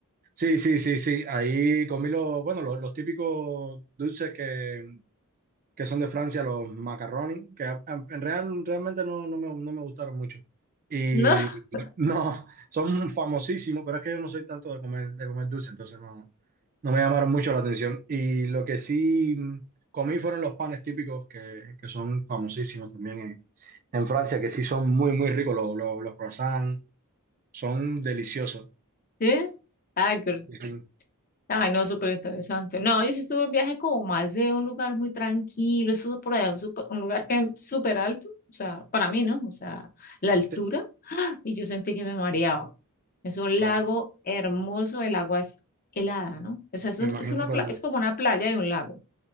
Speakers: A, on the right; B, on the left.
A: Sí, sí, sí, sí, ahí comí los, bueno, los, los típicos dulces que que son de Francia, los macaroni, que a- a- en real, realmente no, no me, no me gustaron mucho. Y
B: No, <laughs>
A: <laughs> no, son famosísimos, pero es que yo no soy tanto de comer, de comer dulce, entonces no, no me llamaron mucho la atención. Y lo que sí comí fueron los panes típicos, que, que son famosísimos también en, en Francia, que sí son muy, muy ricos, los, los, los croissants, son deliciosos.
B: ¿sí? Ay, qué-
A: Y sí,
B: ay, no, súper interesante. No, yo sí estuve en viaje como más de un lugar muy tranquilo. Estuve por allá, un, supe- un lugar que es súper alto. O sea, para mí, ¿no? O sea, la altura.
A: sí,
B: Y yo sentí que me mareaba. Es un
A: ah,
B: lago hermoso, el agua es helada, ¿no? O sea, es
A: me
B: un-
A: imagino
B: es una
A: por,
B: pla-
A: el-
B: es como una playa de un lago.